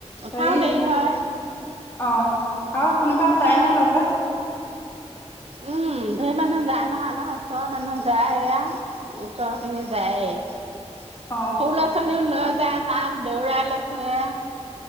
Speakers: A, on the right (about 60°); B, on the left (about 20°).
A: উঠাও
B: হেৰি
A: দেৰি হয়।
B: অ' আৰু কোনোবা যায়নে লগত?
A: উম ধেৰ মানুহ যায় নহয় আমাৰ ওচৰৰ মানুহ যায় এয়া। ওচৰখিনি যায় এ
B: অ
A: সৰু ল'ৰা-ছোৱালীও লৈ যায় তাত দৌৰাই লৈ ফুৰে।